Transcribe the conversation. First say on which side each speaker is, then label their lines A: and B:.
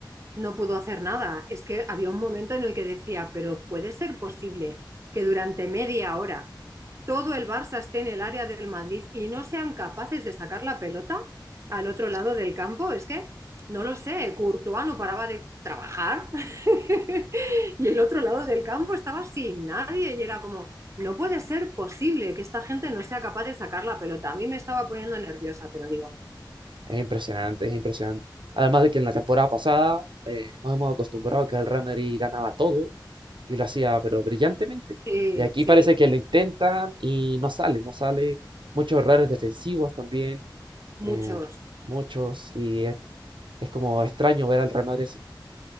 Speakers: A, on the right; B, on the right.
A: no pudo hacer nada. Es que había un momento en el que decía, pero puede ser posible que durante media hora todo el Barça esté en el área del Madrid y no sean capaces de sacar la pelota al otro lado del campo. Es que no lo sé, Courtois no paraba de trabajar <laughs> y el otro lado del campo estaba sin nadie y era como, no puede ser posible que esta gente no sea capaz de sacar la pelota. A mí me estaba poniendo nerviosa, te lo digo.
B: Es impresionante, es impresionante. Además de que en la temporada pasada eh, nos hemos acostumbrado a que el Real Madrid ganaba todo y lo hacía pero brillantemente.
A: Sí,
B: Y aquí
A: sí,
B: parece que lo intentan y no sale, no sale. Muchos errores defensivos también,
A: muchos.
B: eh, muchos. Y es, es como extraño ver al Real Madrid así.